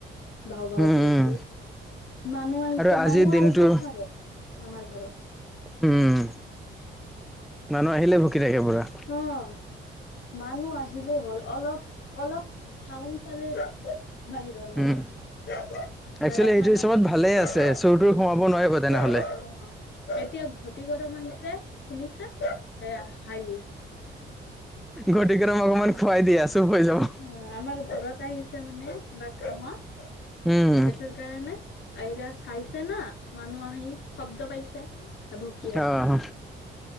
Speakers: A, on the left (about 70°); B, in the centre.
A: ভাও ভাও
B: উম
A: কৰি
B: উম
A: কৰি মানুহ আহিছে
B: আৰু আজিৰ
A: মানুহ
B: দিনটো
A: আহিব নোৱাৰে। আমাৰ ঘৰত।
B: উম মানুহ আহিলে ভুক কেইতাৰিখৰ পৰা
A: অ' মানুহ আহিলেই হ'ল অলপ অলপ চাউনড পালে বাহিৰৰ মানুহ
B: উম একচুৱেলি
A: বেলেগ
B: সেইটো
A: মানুহে
B: হিচাপত ভালে আছে চোৰ তোৰ সোমাব
A: উম
B: নোৱাৰিব তেনেহলে
A: এতিয়া ঘতি গৰম আহিছে শুনিছা সেয়া হাহি
B: ঘটি কেটামান অকমান খুৱাই দিয়া চুপ হৈ যাব
A: অ আমাৰ ঘৰত আহিছে মানে কিবা কামত
B: উম
A: সেইটোৰ কাৰণে আয়ৰা চাইছে না মানুহ আহি শব্ ত পাইছে এ ভুকি আছে।
B: আহ